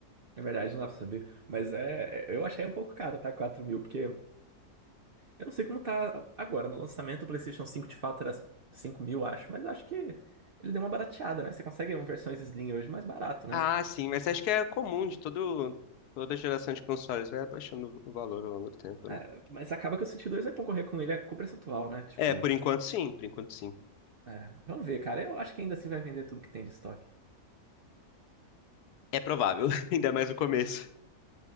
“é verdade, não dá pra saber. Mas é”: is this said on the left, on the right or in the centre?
Right